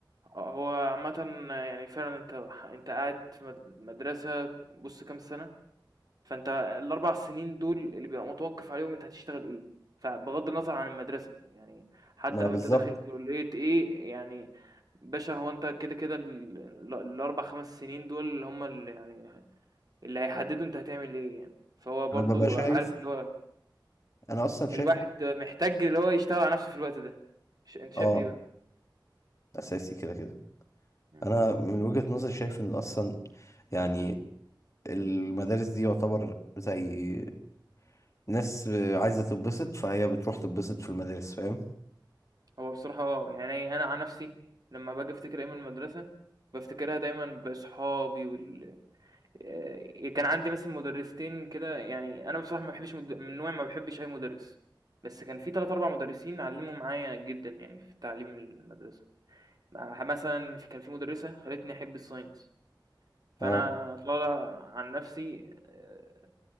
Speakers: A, on the right; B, on the left.
A: هو عامة يعني فعلا انت انت قاعد في مد- مدرسة بص كام سنة فأنت ال4 سنين دول اللي بيبقى متوقّف عليهم أنت هتشتغل إيه، فبغض النظر عن المدرسة، يعني حتى
B: ما
A: لو
B: بالظبط
A: أنت داخل كُلّية إيه، يعني باشا هو أنت كده، كده ال ال ال4، 5 سنين دول هم اللي يعني ه اللي هيحدّدوا أنت هتعمل إيه يعني، فهو برضه
B: انا ببقى شايف
A: عارف اللي هو
B: انا اصلا شايف
A: الواحد محتاج اللي هو يشتغل على نَفْسه في الوقت ده، ش أنت شايف
B: اه
A: إيه بقى؟
B: اساسي كده كده
A: إمم،
B: انا من وجهة نظري شايف ان اصلا يعني المدارس دي يعتبر زي ناس عايزة تتبسط فهي بتروح تتبسط في المدارس فاهم
A: هو بصراحة آه، يعني أنا عن نَفْسي لمّا باجي أفتكر أيام المدرسة، بافتكرها دايمًا بأصحابي وال آه، كان عندي مثلا مدرستين كده يعني انا بصراحه ما بحبش مد... من نوعي ما بحبش اي مدرس بس كان في ثلاث اربع مدرسين علموا معايا جدا يعني في تعليم المدرسه مع- مثلا في- كان في مدرسه خلتني احب الساينس فانا
B: اه
A: طالع عن نفسي آه،